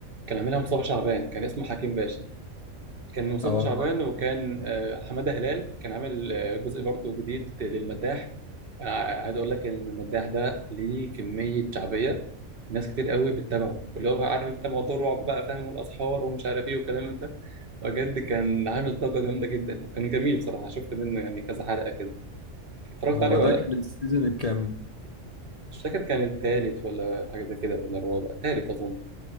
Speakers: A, on the right; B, on the left.
A: كان عاملها مصطفى شعبان كان اسمه حكيم باشا كان مصطفى
B: اه
A: شعبان وكان آه، حمادة هلال كان عامل آه، جزء برضه جديد للمداح ع- عايز اقول لك ان المداح ده ليه كميه شعبيه ناس كتير قوي بتتابعه اللي هو بقى عارف انت موضوع الرعب بقى فاهم والاسحار ومش عارف ايه والكلام من ده بجد كان عامل ضجه جامده جدا وكان جميل صراحه شفت منه يعني كذا حلقه كده اتفرجت
B: هو
A: عليه ولا
B: ده كان
A: لا
B: السيزون الكام
A: مش فاكر كان التالت ولا حاجه زي كده ولا الرابع تالت اظن